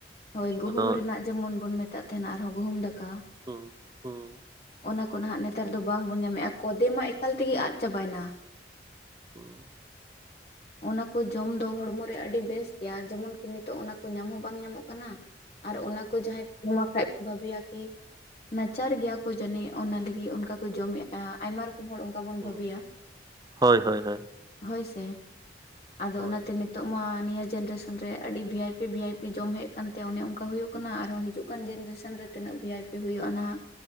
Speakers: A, on the left; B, on the right.
A: ᱦᱳᱭ ᱜᱩᱦᱩᱢ
B: ᱟᱫᱚ
A: ᱨᱮᱱᱟᱜ ᱡᱮᱢᱚᱱ ᱵᱚᱱ ᱢᱮᱛᱟᱜ ᱛᱟᱦᱮᱸᱱᱟ ᱟᱨᱦᱚᱸ ᱜᱩᱦᱩᱢ ᱫᱟᱠᱟ᱾
B: ᱦᱩᱸ ᱦᱩᱸ
A: ᱚᱱᱟ ᱠᱚ ᱱᱟᱦᱟᱜ ᱱᱮᱛᱟᱨ ᱫᱚ ᱵᱟᱝ ᱵᱚᱱ ᱧᱟᱢᱮᱜᱼᱟ ᱠᱚᱫᱮ ᱢᱟ ᱮᱠᱟᱞ ᱛᱮᱜᱮ ᱟᱫ ᱪᱟᱵᱟᱭᱮᱱᱟ᱾
B: ᱦᱩᱸ
A: ᱚᱱᱟ ᱠᱚ ᱡᱚᱢ ᱫᱚ ᱦᱚᱲᱢᱚᱨᱮ ᱟᱹᱰᱤ ᱵᱮᱥ ᱜᱮᱭᱟ ᱡᱮᱢᱚᱱ ᱠᱤ ᱱᱤᱛᱚᱜ ᱚᱱᱟ ᱠᱚ ᱧᱟᱢ ᱦᱚᱸ ᱵᱟᱝ ᱧᱟᱢᱚᱜ ᱠᱟᱱᱟ᱾ ᱟᱨ ᱚᱱᱟ ᱠᱚ ᱡᱟᱦᱟᱸᱭ ᱠᱚᱢ ᱠᱷᱟᱡ ᱠᱚ ᱵᱷᱟᱹᱵᱤᱭᱟ ᱠᱤ, ᱱᱟᱪᱟᱨ ᱜᱮᱭᱟ ᱠᱚ ᱡᱟᱹᱱᱤᱜ ᱚᱱᱟ ᱞᱟᱹᱜᱤᱫ ᱚᱱᱠᱟ ᱠᱚ ᱡᱚᱢᱮᱜᱼᱟ ᱟᱭᱢᱟ ᱨᱚᱠᱚᱢ ᱦᱚᱲ ᱵᱟᱵᱟᱱ
B: ᱦᱩᱸ
A: ᱵᱷᱟᱹᱵᱤᱭᱟ
B: ᱦᱳᱭ ᱦᱳᱭ ᱦᱳᱭ
A: ᱦᱳᱭᱥᱮ, ᱟᱫᱚ
B: ᱦᱳᱭ
A: ᱚᱱᱟᱛᱮ ᱱᱤᱛ ᱚᱜ ᱢᱟ ᱱᱤᱭᱟᱹ ᱡᱮᱱᱨᱮᱥᱮᱱ ᱨᱮ ᱟᱹᱰᱤ ᱵᱷᱤᱭᱟᱭᱯᱤ ᱵᱷᱤᱭᱟᱭᱯᱤ ᱡᱚᱢ ᱦᱮᱜ ᱠᱟᱱ ᱛᱮ ᱚᱱᱮ ᱚᱱᱠᱟ ᱦᱩᱭᱩᱜ ᱠᱟᱱᱟ ᱟᱨᱦᱚᱸ ᱦᱤᱡᱩᱜ ᱠᱟᱱ ᱡᱮᱱᱨᱮᱥᱮᱱ ᱨᱮ ᱛᱤᱱᱟᱹᱜ ᱵᱷᱤᱭᱟᱭᱯᱤ ᱦᱩᱭᱩᱜᱼᱟ ᱱᱟᱦᱟᱜ